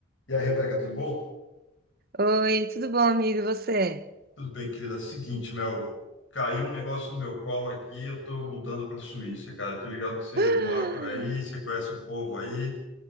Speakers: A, on the left; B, on the right.
A: E aí, Rebeca, tudo bom?
B: Oi, tudo bom, amigo? E você? <gasps>
A: Tudo bem, querida. Seguinte, meu, caiu um negócio no meu colo aqui, eu tô mudando para Suíça, cara. Eu tô ligado que você
B: Ah,
A: mora por aí, você conhece o povo aí.